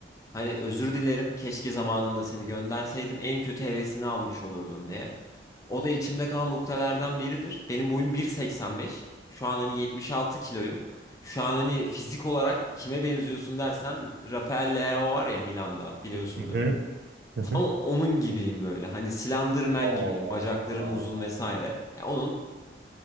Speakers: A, on the left; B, on the right.
A: hani özür dilerim keşke zamanında seni gönderseydim en kötü hevesini almış olurdun diye. O da içimde kalan noktalardan biridir. Benim boyum 1.85. Şu an hani 76 kiloyum. Şu an hani fizik olarak kime benziyorsun dersen Rafael Leao var ya Milan'da biliyorsundur.
B: Hı hı, hı hı.
A: Tam onun gibiyim böyle. Hani Slenderman
B: Oo.
A: gibiyim. Bacaklarım uzun vesaire. Ya onun